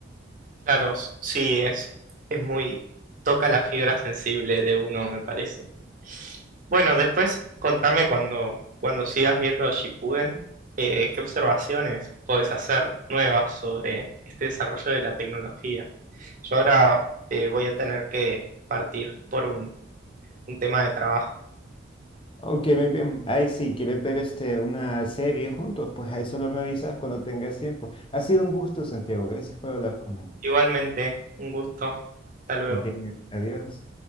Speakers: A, on the right; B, on the left.
A: Claro, sí, es, es muy... toca la fibra sensible de uno, me parece. Bueno, después contame cuando, cuando sigas viendo Shippuden, eh, qué observaciones podés hacer nuevas sobre este desarrollo de la tecnología. Yo ahora eh, voy a tener que partir por un, un tema de trabajo.
B: Ok, muy bien. Ahí sí, ¿quieres ver este, una serie juntos? Pues ahí solo me avisas cuando tengas tiempo. Ha sido un gusto, Santiago. Gracias por hablar conmigo.
A: Igualmente, un gusto. Hasta luego.
B: Muy bien, adiós.